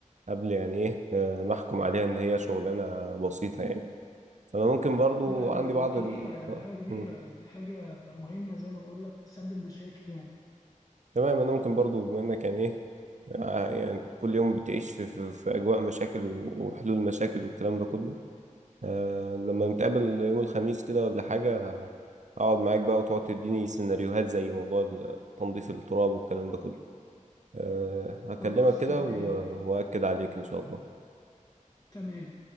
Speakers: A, on the right; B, on the left.
A: قبل يعني ايه آه، ما احكم عليها ان هي شغلانه بسيطه يعني فانا ممكن برضو
B: لا دي
A: عندي بعض
B: كبيرة
A: ال...
B: يعني
A: آه،
B: حاجة كبيرة
A: مم.
B: يعني حاجة مهمة زي ما بقول لك تسبب مشاكل يعني
A: تمام انا ممكن برضو بما انك يعني ايه آه، يعني كل يوم بتعيش في, في, في اجواء مشاكل و- وحلول مشاكل والكلام ده كله آه لما نتقابل يوم الخميس كده ولا حاجه اقعد معاك بقى وتقعد تديني سيناريوهات زي موضوع ال- تنظيف التراب والكلام ده كله أه هكلمك
B: خلاص
A: كده
B: تمام
A: و- وأكد عليك إن شاء الله
B: تمام